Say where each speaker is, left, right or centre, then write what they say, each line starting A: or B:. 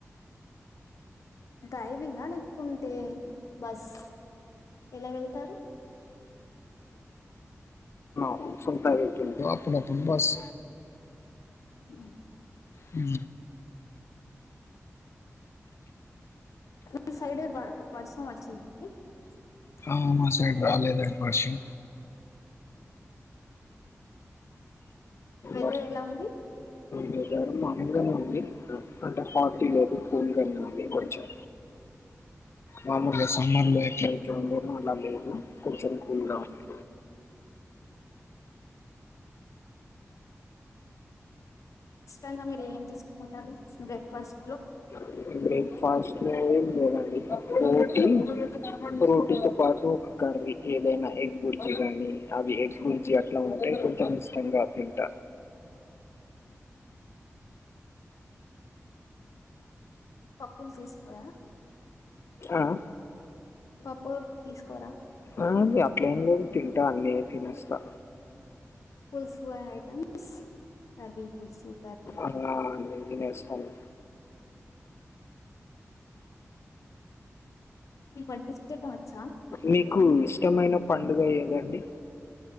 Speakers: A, on the left; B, on the left.
A: డ్రైవింగ్ లేకుంటే బస్ ఎలా వెళ్తారు
B: కొంచెం టైంకి వెళ్తే అప్పుడు అప్పుడు బస్
A: ఉ
B: ఉ
A: ఈ సైడ్ వర్ష వర్షం వచ్చింది
B: ఆ మా సైడ్ రాలేదండి వర్షం
A: వెదర్
B: వర్షం
A: ఎలా ఉంది
B: వెదర్ మామూలుగానే ఉంది అంటే హాట్ లేదు కూల్ గానే ఉంది కొంచెం మామూలుగా సమ్మర్ లో ఎట్లా అయితుందో అలా లేదు కొంచెం కూల్
A: ఉమ్.
B: గా ఉంది
A: ఇష్టంగా మీరు ఏం చేసుకుంటరు బ్రేక్ఫాస్ట్ లో
B: ఉంది బ్రేక్ఫాస్ట్ లేదండి రోటీ రోటీతో పాటు ఒక కర్రీ ఏదైనా ఎగ్ బుర్కి గాని అవి ఎగ్ గుర్చ గ అట్లా ఉంటే కొంచం ఇష్టంగా తింట
A: పప్పులు తీసుకోయా
B: ఆఆ
A: పప్పుర్ తీసుకోరా
B: ఆ అట్ల ఏం లేదు తింటా అన్న తినేస్తా
A: పుల్సూ ఆఐటమ్స్ కర్రీ పుల్సుూ కర్రీ
B: అలా అన్నీ తినేస్తాను
A: మీకు వంటే చెయ్యటం అచ్చా
B: మీకు ఇష్టమైన పండుగ ఏదండి?